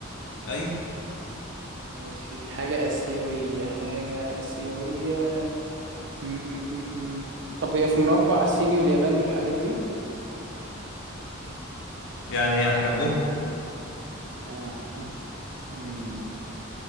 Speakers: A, on the left; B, on the right.
A: ايوه
B: ماشي حاجة آسيوية حاجة آسيوية م- م- م- م. طب هي في مربع الصيني واليابان والحاجات دي
A: يعني جنبه
B: آه. مم.